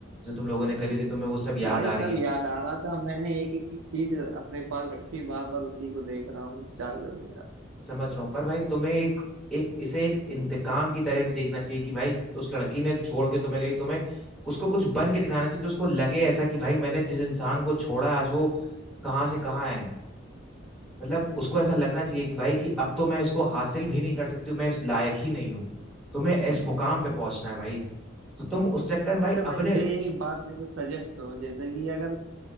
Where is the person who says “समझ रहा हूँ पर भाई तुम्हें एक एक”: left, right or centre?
Centre